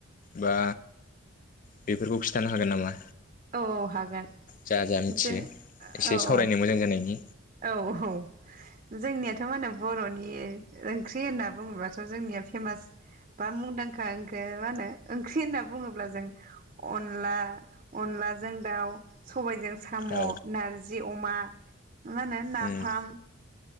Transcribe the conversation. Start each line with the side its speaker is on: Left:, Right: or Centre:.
Left: बा बेफोरखौ खिथानो हागोन नामा?
Right: औ औ हागोन
Left: जा जा मिथियो
Right: जे
Left: एसे
Right: औ
Left: सावरायनो
Right: औ
Left: मोजां जानायनि
Right: औ औ जोंनियाथ' मा होनो बर'नि <unintelligible> ओंख्रि होनना बुङोब्लाथ' जोंनिया पेमास बा मुंदांखा ओंखो बा मा होनो ओंख्रि होनना बुङोब्ला जों अनला अनला जों दाउ सबायजों साम'
Left: औ
Right: नारजि अमा मानो नाफाम।
Left: उम